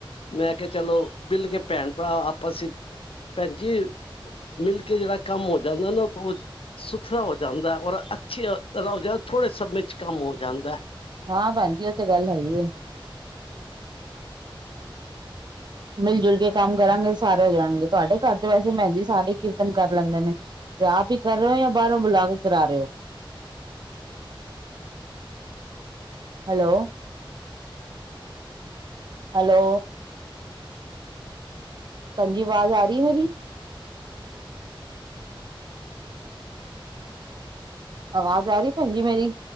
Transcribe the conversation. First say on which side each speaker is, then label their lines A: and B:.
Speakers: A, on the left (about 85°); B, on the right (about 50°).
A: ਮੈਂ ਕਿਹਾ ਚਲੋ ਬਿੱਲ ਕੇ ਭੈਣ ਭਰਾ ਆਪਸ ਭੈਣ ਜੀ ਮਿਲ ਕੇ ਜਿਹੜਾ ਕੰਮ ਹੋ ਜਾਂਦਾ ਨਾ ਬਹੁਤ ਸੁਥਰਾ ਹੋ ਜਾਂਦਾ ਔਰ ਅੱਛੇ ਹੋ ਜਾਂ ਥੋੜੇ ਸਮੇਂ ਚ ਕੰਮ ਹੋ ਜਾਂਦਾ ਹੈ।
B: ਹਾਂ ਭੈਣ ਜੀ ਉਹ ਤੇ ਗੱਲ ਹੈ ਹੀ ਹੈ। ਮਿਲ ਜੁਲ ਕੇ ਕੰਮ ਕਰਾਂਗੇ ਸਾਰੇ ਹੋ ਜਾਣਗੇ ਤੁਹਾਡੇ ਘਰ ਤੇ ਵੈਸੇ ਭੈਣ ਜੀ ਸਾਰੇ ਕੀਰਤਨ ਕਰ ਲੈਂਦੇ ਨੇ ਤੇ ਆਪ ਹੀ ਕਰ ਰਹੇ ਹੋ ਜਾਂ ਬਾਹਰੋਂ ਬੁਲਾ ਕੇ ਕਰਾ ਰਹੇ ਹੋ ਹੈਲੋ ਹੈਲੋ ਹਾਂਜੀ ਆਵਾਜ਼ ਆ ਰਹੀ ਮੇਰੀ ਆਵਾਜ਼ ਆ ਰਹੀ ਭੈਣ ਜੀ ਮੇਰੀ